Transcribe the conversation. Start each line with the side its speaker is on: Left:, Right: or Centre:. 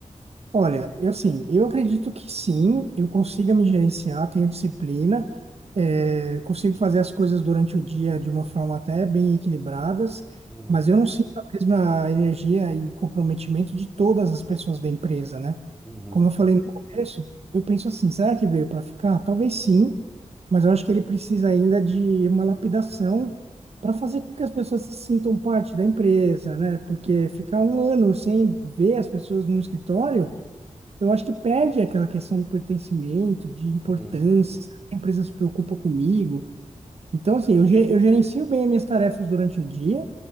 Right: Olha, eu assim, eu acredito que sim, eu consiga me gerenciar, tenho disciplina, eh, consigo fazer as coisas durante o dia de uma forma até bem equilibradas,
Centre: Uhum,
Right: mas eu não sinto a mesma energia e comprometimento de todas as pessoas da empresa, né?
Centre: uhum,
Right: Como eu falei no começo, eu penso assim, será que veio para ficar? Talvez sim, mas eu acho que ele precisa ainda de uma lapidação para fazer com que as pessoas se sintam parte da empresa, né? Porque ficar um ano sem ver as pessoas no escritório eu acho que perde aquela questão do pertencimento, de importância,
Centre: uhum,
Right: será que a empresa se preocupa comigo. Então, assim, eu, ge- eu gerencio bem as minhas tarefas durante o dia,